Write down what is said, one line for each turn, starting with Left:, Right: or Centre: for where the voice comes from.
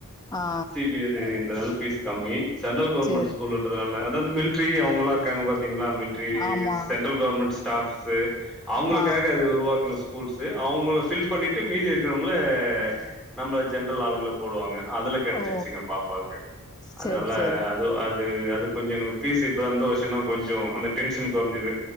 Left: ஆ
Centre: சி பி எஸ் சி என்றதுனால ஃபீஸ் கம்மி சென்ட்ல்கவர்மெண்ட்
Left: சேரி
Centre: ஸ்கூல்ன்றதுனால அத அந்த மில்ட்ரி அவுங்களா இருக்காங்க பாத்தீங்களா மில் ட்ரி
Left: ஆமா
Centre: சென்ட்ரல் கவர்மெண்ட் ஸ்டாஃப்ஸ்ஸு அவுங்களுக்காக
Left: ஆ
Centre: அது உருவாக்கன ஸ்கூல்ஸ்ஸு அவுங்கள ஃபில் பண்ணிட்டு மீதி இருக்கற அ நம்மள ஜென்ரல் ஆளுங்கள போடுவாங்க அதுல கெடச்சிருச்சுங்க
Left: ஓ
Centre: பாப்பாவுக்கு அதனால
Left: சேரி சேரி
Centre: அது அது அது கொஞ்சோ எங்களுக்கு ஃபீஸ் இப்ப இந்த வருஷோ தா கொஞ்சோ அந்த டென்ஷன் கொறைஞ்சது